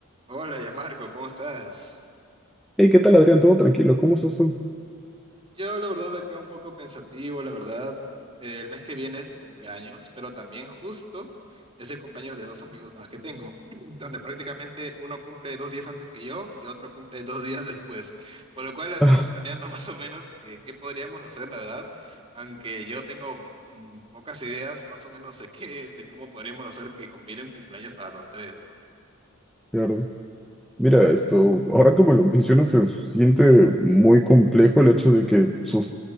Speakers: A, on the right (about 25°); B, in the centre.
A: Hola, ya Marco, ¿cómo estás?
B: Hey, ¿qué tal, Adrián? ¿Todo tranquilo? ¿Cómo estás tú? <laughs>
A: Yo, la verdad, acá un poco pensativo, la verdad. eh, el mes que viene es mi cumpleaños, pero también justo es el cumpleaños de dos amigos más que tengo, <clears throat> donde prácticamente uno cumple dos días antes que yo y otro cumple dos días después, por lo cual andamos
B: Ah,
A: planeando <laughs> más o menos que- qué podríamos hacer, la verdad, aunque yo tengo mm, pocas ideas más o menos de qué, de cómo podríamos hacer que conviene un cumpleaños para los tres, ¿no?
B: claro. Mira, esto, ahora que me lo mencionas, se siente muy complejo el hecho de que sus